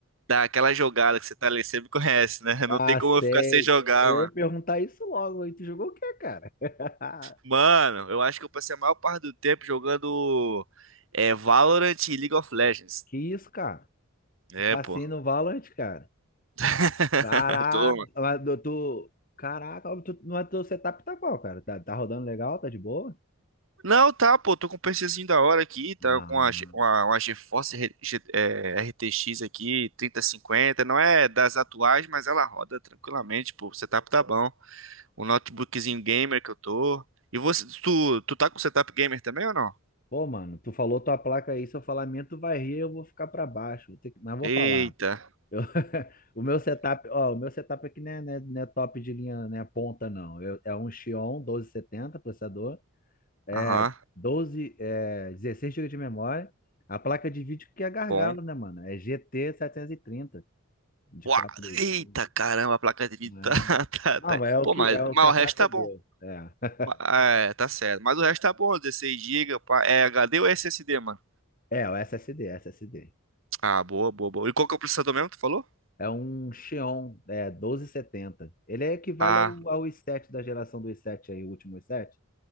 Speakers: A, on the right (about 65°); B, on the left (about 40°).
A: dar aquela jogada que você tá ali, você me conhece, né? Não
B: ah,
A: tem como
B: sei.
A: eu ficar sem jogar,
B: Eu
A: mano.
B: ia perguntar isso logo. E tu jogou o quê, cara? <laughs>
A: Mano, eu acho que eu passei a maior parte do tempo jogando é, Valorant e League of Legends.
B: Que isso, cara? Tu
A: É,
B: tá
A: pô.
B: assim no Valorant, cara?
A: <laughs>
B: Caraca,
A: Toma.
B: mas tu. tu- Caraca, tu, mas teu setup tá qual, cara? Tá, tá rodando legal? Tá de boa?
A: Não, tá, pô, tô com um PCzinho da hora aqui, tá
B: Ah,
A: com uma, Ge- uma, uma GeForce Re- Ge- é, RTX aqui, 3050, não é das atuais, mas ela roda tranquilamente, pô, o setup tá bom. O notebookzinho gamer que eu tô. E você, tu, tu tá com setup gamer também ou não?
B: Pô, mano, tu falou tua placa aí, se eu falar minha, tu vai rir, eu vou ficar pra baixo, vou ter que- mas vou
A: Eita,
B: falar. Eu- <laughs> o meu setup, ó, o meu setup aqui não é, não é- não é top de linha, não é ponta, não. Eu- é um Xeon doze setenta processador, é
A: aham,
B: doze, é 16 GB de memória. A placa de vídeo que é gargalo,
A: bom.
B: né, mano? É GT trinta de
A: Uau,
B: quatro g
A: eita, caramba, a placa de vídeo
B: né?
A: tá, <laughs> tá,
B: Não,
A: tá.
B: é o
A: Pô,
B: que,
A: mas,
B: é o
A: mas
B: que a
A: o
B: prata
A: resto tá
B: deu.
A: bom.
B: É, <laughs>
A: Ma- É, tá certo, mas o resto tá bom, 16 GB, é HD ou SSD, mano?
B: é o SSD, SSD.
A: Ah, boa, boa, boa. E qual que é o processador mesmo que tu falou?
B: É um Xeon, é 1270. Ele é equivale
A: Ah,
B: ao, ao i7 da geração do i7 aí, o último i7.